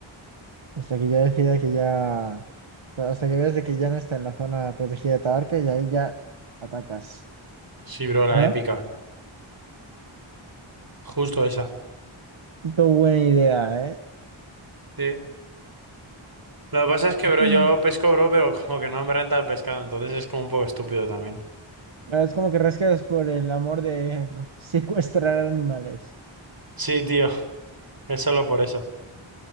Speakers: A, on the right (about 75°); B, on the right (about 45°).
A: hasta que ya decida que ya, hasta que veas de que ya no está en la zona protegida de Tabarca y ahí ya atacas.
B: Sí, bro, la
A: ¿No?
B: épica. Justo esa.
A: Qué buena idea, ¿eh?
B: Sí. Lo que pasa es que,
A: Mm.
B: bro, yo lo pesco, bro, pero como que no me renta el pescado, entonces es como un poco estúpido también.
A: Es como que rascas por el amor de secuestrar animales.
B: Sí, tío, es solo por eso.